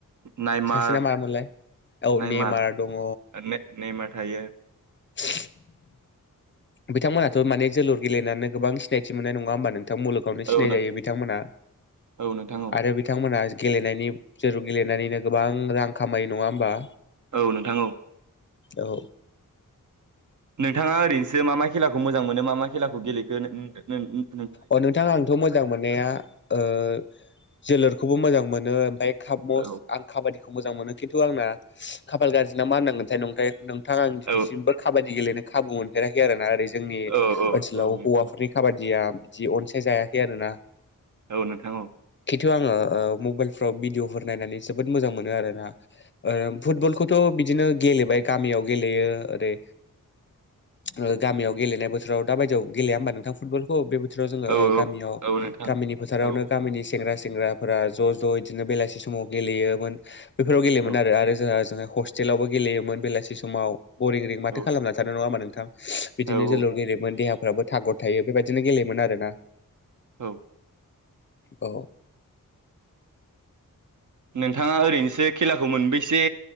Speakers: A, on the right; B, on the left.
A: नायमार
B: सासेना मामोनलाय औ
A: नायमार
B: नेमार दङ
A: ने नेमार थायो
B: <unintelligible> बिथांमोनहाथ' माने जोलुर गेलेनानै गोबां सिनायथि मोन्नाय नङा होमबा नों- थां मुलुगावनो सिनाय
A: औ
B: जायो बिथांमोना
A: नोंथां औ नोंथां औ
B: आरो बिथांमोना गेलेनायनि जोलुर गेलेनानैनो गोबां रां खामायो नङा होमबा।
A: औ नोंथां औ।
B: औ।
A: नोंथाङा ओरैनोसो मा मा खेलाखौ मोजां मोनो मा मा खेलाखौ गेलेखो नों
B: अ नोंथां आंथ' मोजां मोननाया ओ जोलुरखौबो मोजां मोनो ओमफाय कापमस्ट
A: औ
B: आं काबादिखौ मोजां मोनो खिन्थु आंना खाफाल गाज्रि ना मा होननांगोनथाय नंथाय नों नोंथां आं दिनैसिमबो
A: औ
B: काबादि गेलेनो खाबु मोनफेराखै आरोना आरै जोंनि
A: औ औ
B: ओनसोलाव
A: औ नोंथां
B: हौवाफोरनि खाबादिया बिदि अनसाय जायाखै आरोना।
A: औ नोंथां औ।
B: खिन्थु आङो ओ मबाइलफ्राव भिडिअफोर नायनानै जोबोद मोजां मोनो आरोना ओ फुटबलखौथ' बिदिनो गेलेबाय गामियाव गेलेयो ओरै ओ गामियाव गेलेनाय बोथोराव दाबायदियाव गेलेया होमबा नोंथां फुटबलखौ बेबाय दिफ्राव जोङो
A: औ
B: ओ गामिनियाव
A: औ नोंथां
B: गामिनि
A: औ
B: फोथारावनो
A: औ
B: गामिनि सेंग्रा सेंग्राफोरा ज' ज' बिदिनो बेलासि समाव गेलेयोमोन बेफोराव गेलेयोमोन
A: औ
B: आरो जोंहा जोंहा हस्टेलावबो गेलेयोमोन बेलासि समाव बरिं रिं माथो खालामना
A: नोंथां
B: थानो नङामा नोंथां बिदिनो
A: औ
B: जोलुर गेलेयोमोन देहा फोराबो थागर थायो बेबायदिनो गेलेयोमोन आरोना
A: औ
B: औ
A: नोंथाङा ओरैनोसो खेलाखौ मोनबैससे